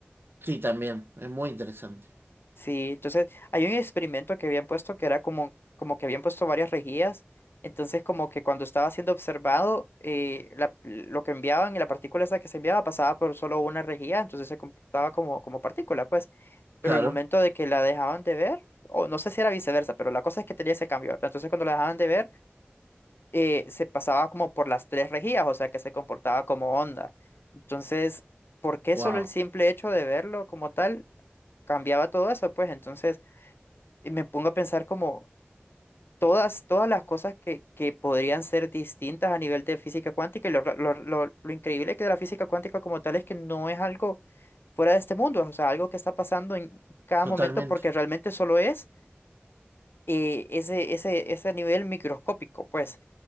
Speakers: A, on the right (about 60°); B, on the left (about 60°).
A: Sí, también, es muy interesante.
B: Sí, entonces hay un experimento que habían puesto que era como, como que habían puesto varias rejillas. Entonces, como que cuando estaba siendo observado, eh, la- lo que enviaban y la partícula esa que se enviaba pasaba por solo una rejilla, entonces se comportaba como, como partícula, pues. Pero
A: Claro,
B: el momento de que la dejaban de ver, o no sé si era viceversa, pero la cosa es que tenía ese cambio, ¿verdad? Entonces, cuando la dejaban de ver, eh, se pasaba como por las tres rejillas, o sea que se comportaba como onda. Entonces, ¿por qué
A: wow,
B: solo el simple hecho de verlo como tal cambiaba todo eso? Pues entonces y me pongo a pensar como todas, todas las cosas que, que podrían ser distintas a nivel de física cuántica y lo, lo, lo, lo increíble que de la física cuántica como tal es que no es algo fuera de este mundo, o sea, algo que está pasando en cada
A: totalmente,
B: momento porque realmente solo es eh, ese, ese, ese nivel microscópico, pues